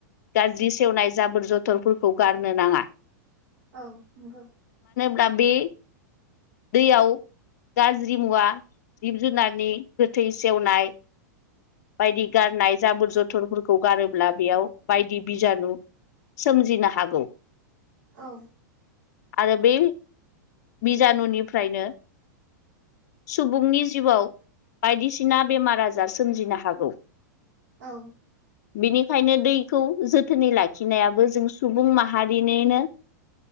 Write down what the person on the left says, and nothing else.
गाज्रि सेवनाय जाबोर जथरफोरखौ गारनो नाङा
दा बे दैयाव गाज्रि मुवा जिब जुनारनि गोथै सेवनाय बायदि गारनाय जाबोर जथरफोरखौ गारोब्ला बेयाव बायदि बिजानु सोमजिनो हागौ।
आरो बे बिजानुनिफ्रायनो सुबुंनि जिउआव बायदिसिना बेमार आजार सोमजिनो हागौ
बिनिखायनो दैखौ जोथोनै लाखिनायाबो जों सुबुं माहारिनिनो